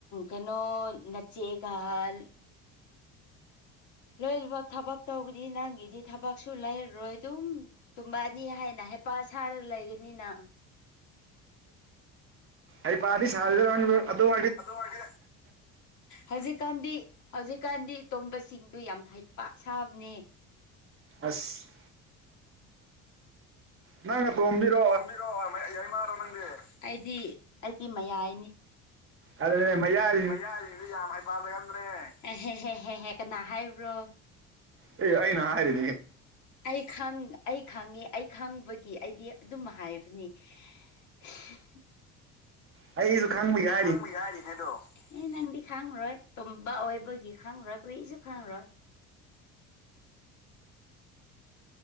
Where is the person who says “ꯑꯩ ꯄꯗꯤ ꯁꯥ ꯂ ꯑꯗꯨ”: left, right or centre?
Right